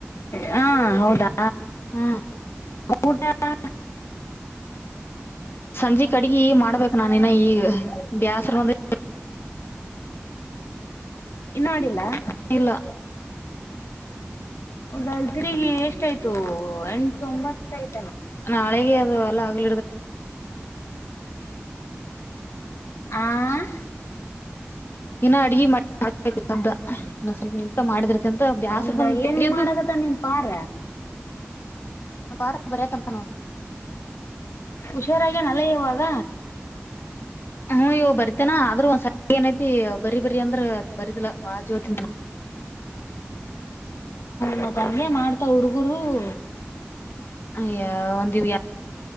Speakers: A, on the left (about 75°); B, on the left (about 55°).
A: ಹಾ ಹೌದಾ
B: ಹ್ಮ್
A: ಊಟ <inaudible> ಹ <inaudible>
B: ಸಂಜೆ ಕಡ್ಗ ಮಾಡ್ಬೇಕು ನಾನ ಿನ ಈ ಬ್ಯಾಸ್ರಂದ <inaudible>
A: ಇನ್ನು ಮಾಡಡಿಿಲ್ಲ <inaudible>
B: ಇಲ್ಲ
A: ಹೌದ ಗ್ರಗ ಎಷ್ಟಯ್ತು ಎಂಟು ಒಂಬತ್ತ್ತು <inaudible>
B: ನಾಳೆ ಅದು ಎಲ್ಲ ಆಗ್ಲಿಡ <inaudible>
A: ಆ <inaudible>
B: ಇನ್ನ ಅಡ್ಗೆ ಮಾಡಬೇಕು ಶದ್ದ ಇ ಸ್ವಲ್ಪ ನಿ <inaudible> ಮಾಡಿದಿರ್ತಿ ಅಂತ ಬ್ಯಾಸ್ರ
A: ಹೌದಾ
B: ಬಂದ ತರಿಯೋ್ದದು
A: ಏನ್ ಮಾಡಕತ್ತ
B: <inaudible>
A: ನಿನ್ ಪಾರ
B: ನ ಪಾರ ಬರ ಕಂಪನೋಡ <inaudible>
A: ಹುಷಾರಾಗ ನಲ ಇುವಾಗ
B: ಹ್ಮ ಇವ್ ಬರ್ತೇನ ಆದ್ರೂ ಒಂದ್ರಿ ಏನಐತಿ ಬರಿ ಬರಿ ಅಂದ್ರ <inaudible> ಅದು ಬರುದಿಲ್ಲ ವಾಜವ ತಿಂತ <inaudible>
A: ಮತ್ಂಗಗೆ ಮಾಡ್ತಾವ ಹುಡುಗರು <inaudible>
B: ಅಯ ಒಂದ <inaudible>